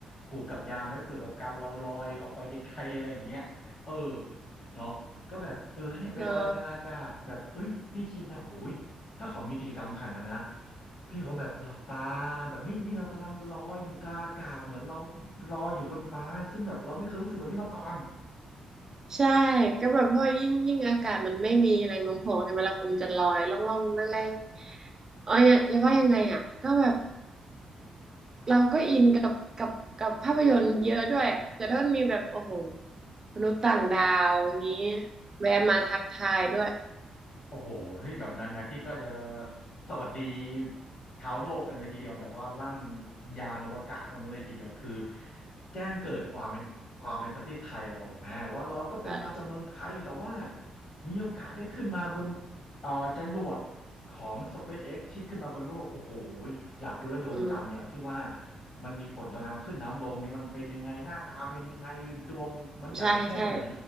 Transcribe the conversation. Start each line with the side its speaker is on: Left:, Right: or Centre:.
Left: ผูกกับยานไว้เผื่อแบบกันเราลอยออกไปไกลๆอะไรอย่างเงี้ยเออเนาะก็แบบเออให้ไปลอยกลางอากาศแบบเอ้ยพี่คิดนะโอ้ยถ้าเขามีกิจกรรมขนาดนั้นนะ
Right: เนอะ
Left: พี่คงแบบหลับตาแบบเฮ้ยนี่เรากำลังลอยอยู่กลางอากาศเหมือนเราลอยอยู่บนฟ้าซึ่งแบบเราไม่เคยรู้สึกแบบนี้มาก่อน
Right: ใช่ก็แบบเพราะยิ่งยิ่งอากาศมันไม่มีแรงโน้มถ่วงใช่ไหมเราคงจะลอยล่องล่องแรงแรงๆเอ๋ออย่าอย่าว่ายังไงอ่ะก็แบบ เราก็อินกับกับกับภาพยนตร์เยอะด้วยอะแต่ถ้ามันมีแบบโอ้โหมนุษย์ต่างดาวงี้แวะมาทักทายด้วย
Left: โอ้โหเฮ้ยแบบนั้นนะพี่ก็จะสวัสดีชาวโลกกันเลยทีเดียวแบบว่าลั่นยานอวกาศตรงนั้นเลยทีเดียวคือแจ้งเกิดความเป็นความเป็นประเทศไทยเราฮะว่าเราก็เป็นมาจากเมืองไทยแต่ว่า
Right: เออ
Left: มีโอกาสได้ขึ้นมาบนเอ่อจรวดของ SpaceX ที่ขึ้นมาบนโลกโอ้โหอยากดูแลวดวงจันทร์เนี่ยที่ว่า
Right: อืม
Left: มันมีผลต่อน้ำขึ้นน้ำลงเนี่ยมันเป็นยังไงหน้าตาเป็นยังไงดวงมันใหญ่แค่ไหน
Right: ใช่ใช่